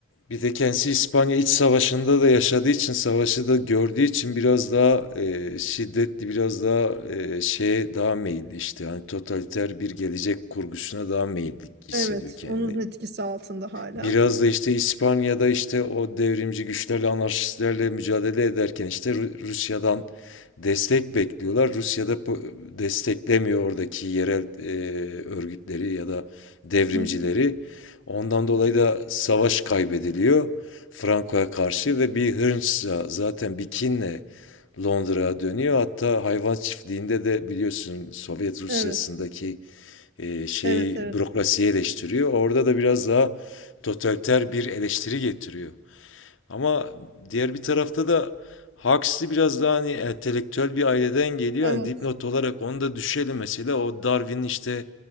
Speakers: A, on the left (about 80°); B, on the right (about 55°).
A: bir de kendisi İspanya İç Savaşı'nda da yaşadığı için, savaşı da gördüğü için biraz daha e, şiddetli, biraz daha e, şeye daha meyilli işte. Hani totaliter bir gelecek kurgusuna daha meyilli hissediyor
B: Evet,
A: kendini.
B: onun etkisi altında hala.
A: Biraz da işte İspanya'da işte o devrimci güçlerle, anarşistlerle mücadele ederken işte Rusya'dan destek bekliyorlar. Rusya'da desteklemiyor oradaki yerel e, örgütleri ya da devrimcileri.
B: Hı hı.
A: Ondan dolayı da savaş kaybediliyor Franco'ya karşı ve bir hınçla zaten bir kinle Londra'ya dönüyor. Hatta hayvan çiftliğinde de biliyorsun Sovyet Rusya'sındaki
B: Evet,
A: e, şeyi
B: evet, evet,
A: bürokrasiyi eleştiriyor. Orada da biraz daha totaliter bir eleştiri getiriyor. Ama diğer bir tarafta da Huxley biraz daha hani entelektüel bir aileden geliyor.
B: evet.
A: Hani dipnot olarak onu da düşelim mesela. O Darwin'in işte